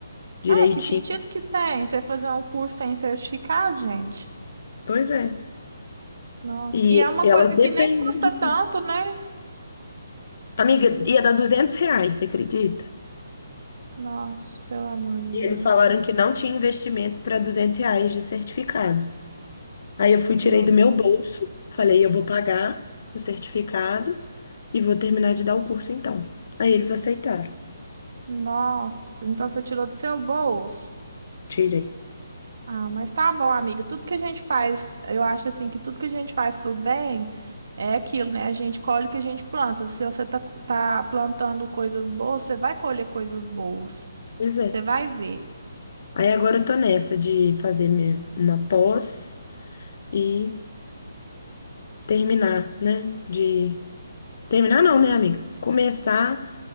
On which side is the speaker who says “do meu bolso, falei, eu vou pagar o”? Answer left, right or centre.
Left